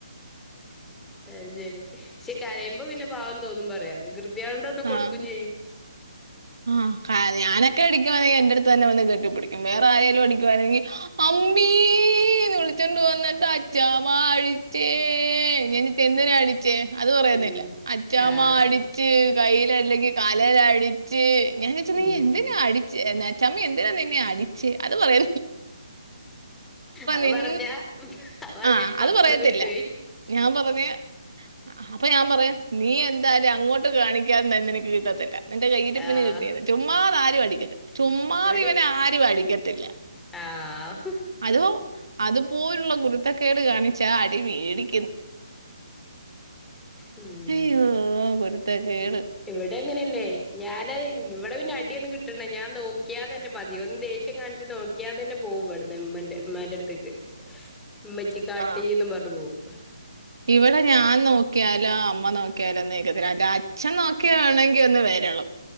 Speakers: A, in the centre; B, on the right.
A: അ ശരി പക്ഷെ കരയുമ്പോ പിന്നെ പാവം തോന്നും പറയാൃ അത്കണ്ട ഒന്ന് കൊടുക്കയും
B: ആഹ്.
A: ചെയ്യും
B: ആഹ് ഞാനൊക്കെ എടിക്കവാെ എന്റെറടുത്ത് തന്നെ വന്ന് കേട്ടി പിടിക്ക വേറെ ആേലും ണങ്കി അ മീ വിളിച്ചണ്ട വന്നിട്ട് അച്ചാമാഡി േ ഞിട്ട് എന്തിനാ അടിച്ചേ അത് പറയാുന്നില്ല
A: ഉം
B: അച്ഛാമ്മ
A: ആഹ്
B: അടിച്ച് കായില് അല്ലെങ്കി കാലേൽ അടിച്ച് ഞാൻ വെച്ചിെ
A: ഉം
B: എന്തിനാ അടി ചമ്മ എന്തിനാ നിന്നെ അടിച്ച് അത് പറയ
A: അത്
B: നിൻ
A: പറഞ്ഞ അത് പറഞ്ഞ
B: ആഹ്
A: പുറത്തന്ന്
B: അത് പറയത്തില്ല.
A: കിട്ടു
B: ഞാൻ പറഞ്ഞ് ആ, അപ്പൊ ഞാൻ പറയാ നീ എന്തായ അങ്ങോട്ട് കാണിക്ക ാ എനിക്ക് കിട്ടത്തില്ല എന്റെ കൈയിട്ട
A: ആഹ്
B: പിന്നെ കിട്ടിയത് ചുമ്മാ ആരും അടിക്കട്ടെ ചുമ്മാത
A: ഇവിടെ
B: ഇവന ആരും അടിക്കത്തില്ല
A: ആഹ്
B: അതോ അതുപോലുള്ള ഗുരുത്തക്കേട് കാണിച്ചാ അടി വേടി
A: ഉം
B: അയ്യോ പൊരുത്ത കേട്
A: ഇവിടെ അങ്ങനെയല്ലെ ഞാനത് ഇവിടെ പിന്നെ അടിയൊന്നും കിട്ട ഞാൻ നോക്കിയാതെ്ന്റെ മതിയ ഒന്ന് ദേഷ്യം കാണിച്ച് നോക്കിയാതെ തന്നെ പോകും പടന്ന് എമ്മന്റെ ഉമ്മാന്റെ അടുത്തേക്ക് മ്മച്ചിക്കാട്ടിന്ന്റഞ്ഞു
B: ആ
A: വും അ
B: ഇവിടെ ഞാൻ നോക്കിയാലോ അമ്മ നോക്കിയാലോ ഒന്ന്ക്കത്തി അച്ഛൻ നോക്കിയ വേണെങ്കി ഒന്ന് വരളൂ